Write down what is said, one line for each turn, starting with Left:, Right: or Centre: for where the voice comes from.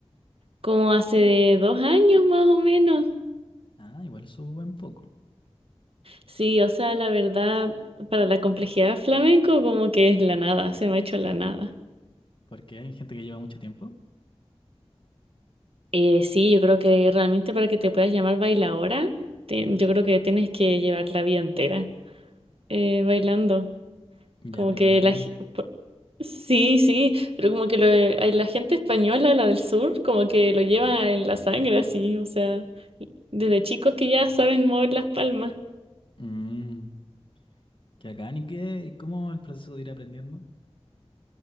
Right: Como hace dos años más o menos.
Left: Ah, igual subo un buen poco,
Right: Sí, o sea, la verdad, para la complejidad del flamenco como que es la nada, se me ha hecho la nada.
Left: porque hay gente que lleva mucho tiempo.
Right: Eh, sí, yo creo que realmente para que te puedas llamar bailadora, te- yo creo que tienes que llevar la vida entera eh, bailando.
Left: Ya,
Right: Como
Left: pero
Right: que
Left: igual bacán.
Right: la... ge- po- Sí, sí, pero como que lo- eh, la gente española, la del sur, como que lo lleva en la sangre, así, o sea, desde chicos que ya saben mover las palmas.
Left: Mmm, ¿qué bacán y qué? ¿Y cómo el proceso de ir aprendiendo?